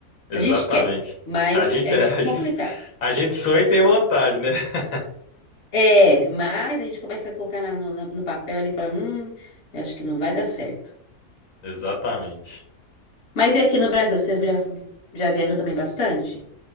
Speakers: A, on the left (about 65°); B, on the left (about 45°).
A: Exatamente.
B: A gente quer, mas
A: A gente,
B: é
A: <laughs> é,
B: di-
A: a
B: é complicado.
A: gente, a gente sonha e tem vontade, né? <laughs>
B: É, mas a gente começa a colocar na- no, no no papel ali e fala, hum, eu acho que não vai dar certo.
A: Exatamente.
B: Mas e aqui no Brasil, você já, já viajou também bastante?